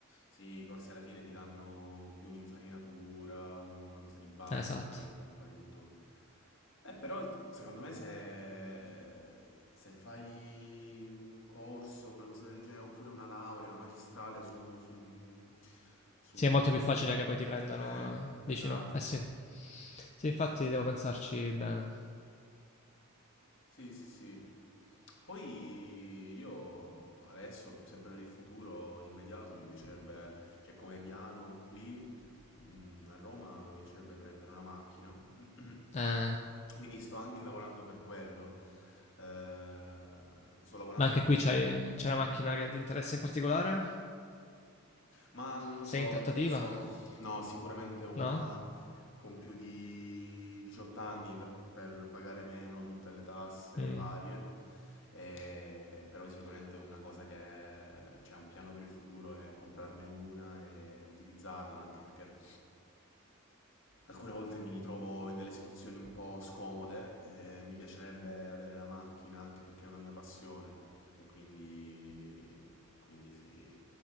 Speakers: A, on the left (about 60°); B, on the left (about 30°).
A: Sì, i corsi alla fine ti danno più un'infarinatura, una cosa di base,
B: Eh, Esatto.
A: poi ovviamente impari tutto. Beh, però secondo me se, se fai un corso, una cosa del genere, oppure una laurea, una magistrale su, sul, su,
B: Sì, è molto più facile che poi ti prendano,
A: eh,
B: eh, dici
A: esatto.
B: no? Eh sì. Sì, infatti devo pensarci bene.
A: Sì, sì, sì. Poi io adesso, sempre nel futuro immediato, mi piacerebbe, cioè come piano qui mh, a Roma, mi piacerebbe prendere una macchina. <clears throat>
B: Eh,
A: Quindi sto anche lavorando per quello. Eh, sto lavorando.
B: ma anche qui c'hai- c'è una macchina che ti interessa in particolare?
A: Ma non lo
B: Sei
A: so,
B: in trattativa?
A: non so. No, sicuramente una
B: No?
A: con più di 18 anni per, per pagare meno tutte le tasse
B: Mm,
A: varie. E- però sicuramente una cosa che c'è un piano per il futuro è comprarne una e utilizzarla, anche perché Alcune volte mi ritrovo in delle situazioni un po' scomode, eh, mi piacerebbe avere la macchina anche perché è una mia passione, e quindi, quindi sì,